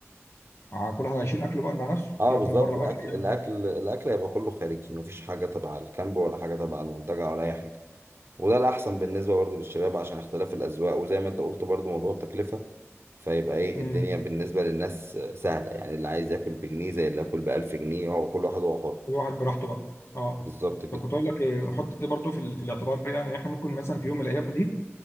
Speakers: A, on the left; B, on the right.
A: ع- كل واحد هيشيل اكله بقى مع نفسه
B: اه
A: ياكل
B: بالظبط
A: من بره
B: الاكل
A: بقى يعني
B: الاكل الاكل هيبقى كله خارجي مفيش حاجه تبع الكامب ولا حاجه تبع المنتجع ولا اي حاجه وده الاحسن بالنسبه برضو للشباب عشان اختلاف الاذواق وزي ما انت قلت برضو موضوع التكلفه فيبقى ايه
A: امم
B: الدنيا بالنسبه للناس سهله يعني اللي عايز ياكل بجنيه زي اللي ياكل بألف جنيه هو كل واحد هو حر
A: كل واحد براحته بقى اه
B: بالظبط كده
A: طب كنت اقول لك إيه، حط دي برضه في, ال- في الاعتبار يعني إن احنا ممكن مثلا في يوم من الايام دي